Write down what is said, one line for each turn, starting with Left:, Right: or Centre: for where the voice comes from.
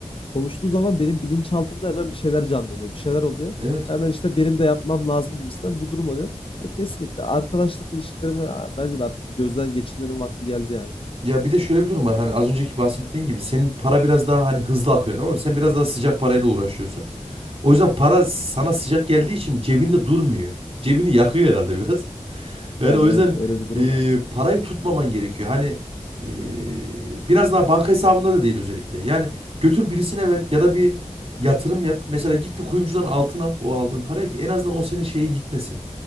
Left: konuştuğu zaman benim bilinçaltımda hemen bir şeyler canlanıyor, bir şeyler oluyor.
Right: Evet.
Left: Hemen işte benim de yapmam lazım gibisinden bir durum oluyor. E, kesinlikle arkadaşlık ilişkilerimi a, bence de artık bir gözden geçirmenin vakti geldi yani.
Right: Ya bir de şöyle bir durum var.
Left: Öyle.
Right: Hani
Left: değil
Right: az
Left: mi?
Right: önceki bahsettiğin gibi senin para biraz daha hani hızlı akıyor tamam mı? Sen biraz daha sıcak parayla uğraşıyorsun. O
Left: Evet.
Right: yüzden para sana sıcak geldiği için cebinde durmuyor. Cebini yakıyor herhalde biraz. Yani
Left: Yani
Right: o yüzden
Left: evet öyle bir durum
Right: e,
Left: var.
Right: parayı tutmaman gerekiyor. Hani e, biraz daha banka hesabında da değil özellikle. Yani götür birisine ver ya da bir yatırım yap. Mesela git bir kuyumcudan altın al o aldığın parayı ki en azından o seni şeye gitmesin.